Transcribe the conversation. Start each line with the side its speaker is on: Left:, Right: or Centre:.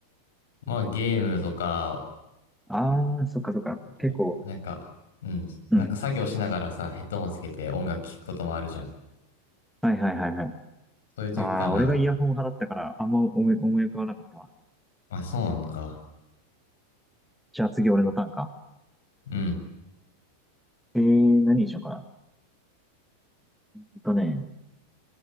Left: まあ、ゲームとか、
Centre: あー、そっかそっか。
Left: お、
Centre: 結構。
Left: おなんか、うん、
Centre: うん。
Left: なんか作業しながらさ、ヘッドホンつけて音楽聴くこともあるじゃん。
Centre: はいはいはいはい。
Left: そういう時かな。
Centre: あー、俺がイヤホン派だったから、あんま思い、思い浮かばなかったわ。
Left: あ、そうなのか。
Centre: じゃあ次俺のターンか。
Left: うん。
Centre: えー、何にしようかな。えっとね。